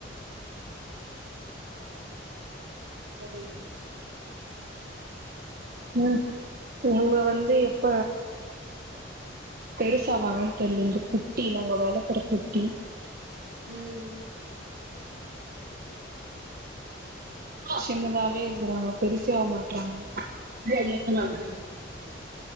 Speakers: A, on the right; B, on the right.
A: பதம்
B: ம் இவுங்க வந்து எப்ப பெருசாவாங்கன் தெர்ல இது குட்டி நாங்க வளக்குற குட்டி
A: ம்
B: சின்னதாவே இருக்காங்க பெருசாக மாட்றாங்க என்னா பண்ண
A: ம்